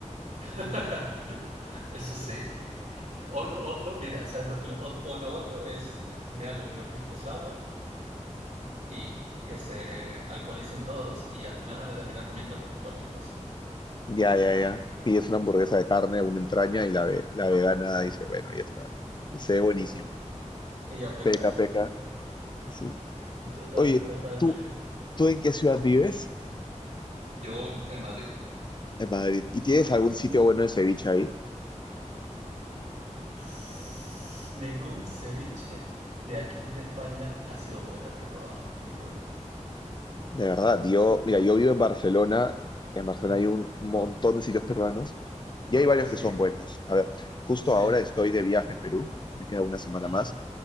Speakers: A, on the right; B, on the left.
A: <laughs> eso sí, O lo otro, mira, ¿sabes? Lo- o, o lo otro es, me hago unos pisco sour y que se alcoholicen todos y al final van a terminar comiendo cu- cualquier cosa.
B: Ya, ya, ya. Pides una hamburguesa de carne, una entraña y la, ve- la vegana dice, bueno, ya está. Se ve buenísimo.
A: Ella peca
B: Peca,
A: en-
B: peca. Sí.
A: <laughs> total-
B: Oye,
A: totalmente.
B: ¿tú, tú en qué ciudad vives?
A: Yo en Madrid,
B: En Madrid. ¿Y tienes algún sitio
A: mm,
B: bueno de ceviche ahí?
A: pff, ningún ceviche de aquí de España ha sido bueno que he probado, ninguno.
B: De verdad, yo, mira, yo vivo en Barcelona. En Barcelona
A: Ujú,
B: hay un montón de sitios peruanos y hay varios
A: Sí,
B: que son buenos. A ver, justo
A: sí,
B: ahora estoy de viaje en Perú. Me queda una semana
A: ajá.
B: más.